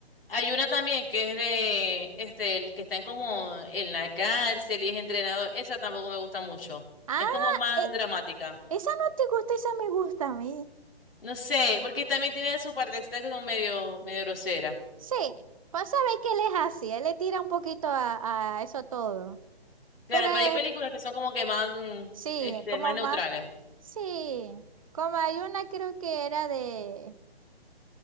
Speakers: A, on the left; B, on the right.
A: Hay una también que es de, este, el que están como en la cárcel y es entrenador. Esa tampoco me gusta mucho.
B: Ah,
A: Es como más
B: eh,
A: dramática.
B: esa no te gusta, esa me gusta a mí.
A: No sé, porque también tiene sus partecitas que son medio, medio grosera.
B: Sí, pues sabéis que él es así, él le tira un poquito a, a eso todo.
A: Claro,
B: Pero eh,
A: pero hay películas que son como que más, mm,
B: sí,
A: este,
B: como
A: más neutrales.
B: más, sí, como hay una creo que era de